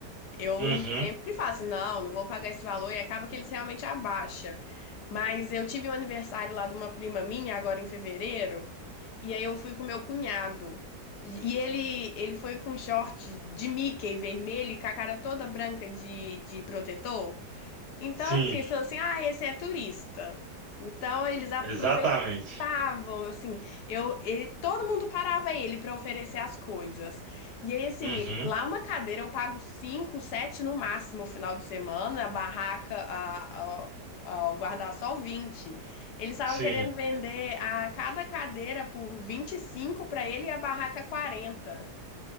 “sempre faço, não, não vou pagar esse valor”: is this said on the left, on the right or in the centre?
Left